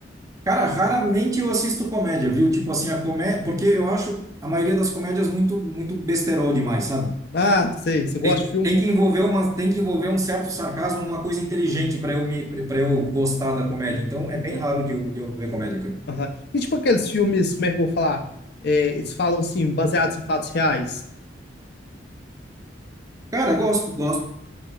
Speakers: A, on the right; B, on the left.
A: Cara, raramente eu assisto comédia, viu? Tipo assim, a comédia, porque eu acho a maioria das comédias muito muito besterol demais, sabe?
B: Ah, sei, você gosta
A: Tem,
B: de filme?
A: tem que envolver uma, tem que envolver um certo sarcasmo, uma coisa inteligente para eu me para eu gostar da
B: Uhum,
A: comédia. Então, é
B: uhum,
A: bem raro de eu, de eu ver comédia, cara.
B: aham. E tipo aqueles filmes, como é que eu vou falar? É, eles falam assim, baseados em fatos reais.
A: Cara, gosto, gosto.